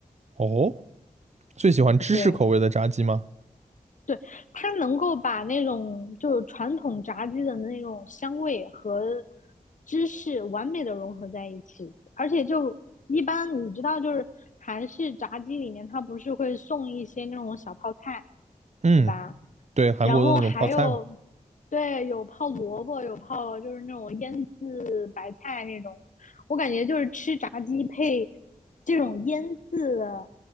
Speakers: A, on the right; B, on the left.
A: 哦，最喜欢芝士口味的炸鸡吗？
B: 对。对，它能够把那种就是传统炸鸡的那种香味和芝士完美的融合在一起，而且就一般你知道，就是韩式炸鸡里面它不是会送一些那种小泡菜，
A: 嗯，
B: 对吧？
A: 对，韩国的那种泡菜嘛。
B: 然后还有，对，有泡萝卜，有泡就是那种腌制白菜那种，我感觉就是吃炸鸡配这种腌制的